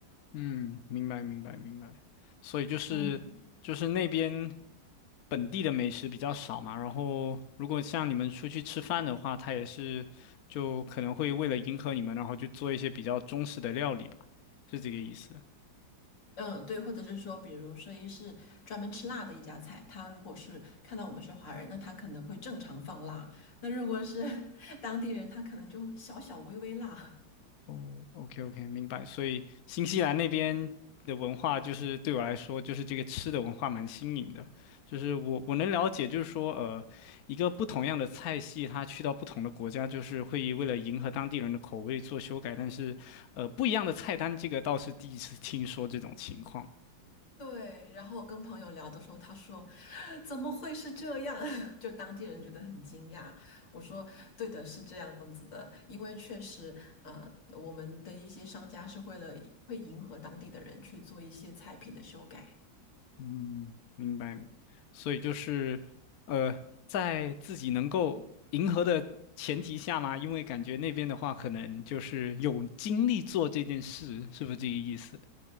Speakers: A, on the left; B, on the left.
A: 嗯，明白明白明白。所以就是就是那边
B: 嗯。
A: 本地的美食比较少嘛，然后如果像你们出去吃饭的话，他也是就可能会为了迎合你们，然后去做一些比较中式的料理吧，是这个意思。
B: 嗯，对，或者是说，比如说，一是专门吃辣的一家菜，他如果是看到我们是华人，那他可能会正常放辣；那如果是 <laughs> 当地人，他可能就小小微微辣。
A: 哦，OK OK，明白。所以新西兰那边的文化，就是对我来说，就是这个吃的文化蛮新颖的。就是我我能了解，就是说，呃，一个不同样的菜系，它去到不同的国家，就是会为了迎合当地人的口味做修改。但是，呃，不一样的菜单，这个倒是第一次听说这种情况。
B: 对，然后我跟朋友聊的时候，他说怎么会是这样？<laughs> 就当地人觉得很惊讶。我说对的，是这样子的，因为确实，呃，我们的一些商家是为了会迎合当地的人去做一些菜品的修改。
A: 嗯，明白。所以就是，呃，在自己能够迎合的前提下嘛，因为感觉那边的话，可能就是有精力做这件事，是不是这个意思？